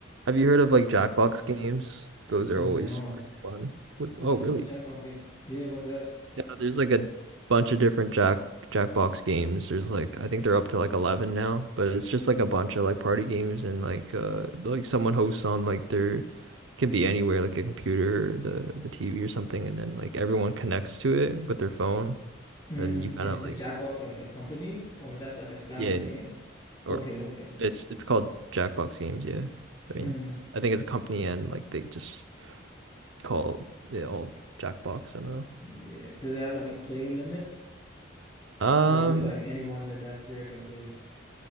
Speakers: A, on the right (about 75°); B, on the left (about 30°).
A: Have you heard of like Jackbox games? Those
B: No.
A: are always pretty fun. What,
B: What's
A: oh,
B: it?
A: really?
B: What's Jackbox? games? Yeah, what's that?
A: Yeah, there's like a bunch of different Jack Jackbox games. There's like I think they're up to like 11 now, but it's just like a bunch of like party games and like uh like someone hosts on like their can be anywhere, like a computer, the the TV or something, and then like everyone connects to it with their phone,
B: Mm,
A: and then you kind
B: is,
A: of
B: is
A: like
B: Jackbox like the company or that's like a style
A: yeah,
B: of game? Okay,
A: or
B: okay.
A: it's it's called Jackbox Games. Yeah, I mean,
B: Mm,
A: I think it's a company, and like they just call it all Jackbox. I don't
B: yeah. Does it have like a player limit
A: know. Um,
B: or just like anyone that that's there can play?